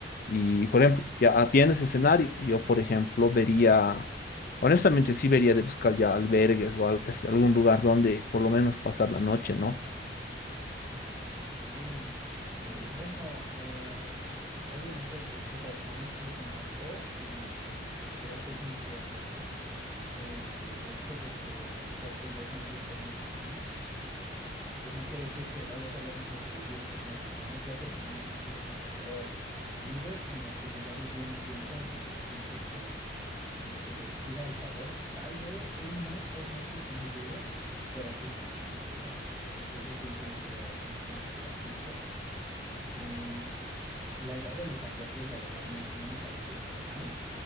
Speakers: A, on the left; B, on the right.
A: Y, por ejemplo, ya ah, viendo ese escenario, yo, por ejemplo, vería, honestamente, sí vería de buscar ya albergues o al- es- algún lugar donde por lo menos pasar la noche, ¿no?
B: Ok, sí, bueno, eh, obviamente tu, tu refrán sí lo conozco y creo que es muy cierto, ¿no? El hecho de que a lo mejor te lleves muy bien con una persona pues no quiere decir que vaya a ser lo mismo que vivir con ellos, ¿no? Yo afortunadamente sí tengo amigos con los que llegué a vivir un tiempo, entonces siento que el que les pida el favor, tal vez un mes, dos meses sí me ayuden, pero sí, como dices, o sea, después de un tiempo ya sería mm, bastante incómodo. Em, la idea de los albergues, la verdad, no, no me parece tan mal.